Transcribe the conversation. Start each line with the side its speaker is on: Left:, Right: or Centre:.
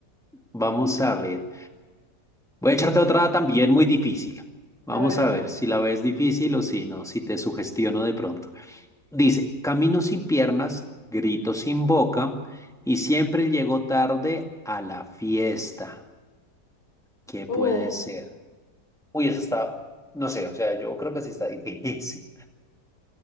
Centre: vamos a ver. Voy a echarte otra también muy difícil. Vamos
Left: A ver.
Centre: a ver si la ves difícil o si no, si te sugestiono de pronto. Dice, camino sin piernas, grito sin boca y siempre llego tarde a la fiesta. ¿Qué puede
Left: Uh.
Centre: ser? Uy, esa está, no sé, o sea, yo creo que sí está <laughs> difícil.